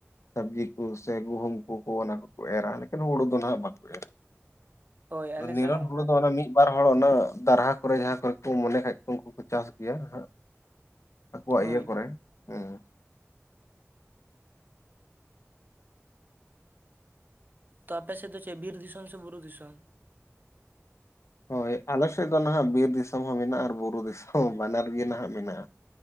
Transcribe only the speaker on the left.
ᱥᱟᱹᱵᱽᱡᱤ ᱠᱩ ᱥᱮ ᱜᱩᱦᱩᱢ ᱠᱚᱠᱚ ᱚᱱᱟ ᱠᱚᱠᱚ ᱮᱨᱟ ᱞᱮᱠᱟᱱ ᱦᱩᱲᱩ ᱫᱚ ᱱᱟᱦᱟᱸᱜ ᱵᱟᱠᱚ ᱮᱨᱟ᱾
ᱱᱤᱨᱚᱱ
ᱦᱳᱲᱳ ᱫᱚ
ᱚᱱᱮ ᱢᱤᱫ ᱵᱟᱨ ᱦᱚᱲ ᱚᱱᱟ ᱫᱟᱨᱦᱟ ᱠᱚᱨᱮ ᱡᱟᱦᱟᱸ ᱠᱚᱨᱮ ᱠᱚ ᱢᱚᱱᱮ ᱠᱷᱟᱡ ᱠᱚ ᱩᱱᱠᱩ ᱠᱚ ᱪᱟᱥ ᱜᱮᱭᱟ ᱦᱟᱸᱜ᱾ ᱟᱠᱚᱣᱟᱜ
ᱤᱭᱟᱹ ᱠᱚᱨᱮ, ᱦᱩᱸ᱾
ᱦᱳᱭ ᱟᱞᱮ ᱥᱮᱫ ᱫᱚ ᱱᱟᱦᱟᱜ ᱵᱤᱨ ᱫᱤᱥᱚᱢ ᱦᱚᱸ ᱢᱮᱱᱟᱜᱼᱟ, ᱟᱨ ᱵᱩᱨᱩ ᱫᱤᱥᱚᱢ ᱵᱟᱱᱟᱨ ᱜᱮ ᱱᱟᱦᱟᱜ ᱢᱮᱱᱟᱜᱼᱟ᱾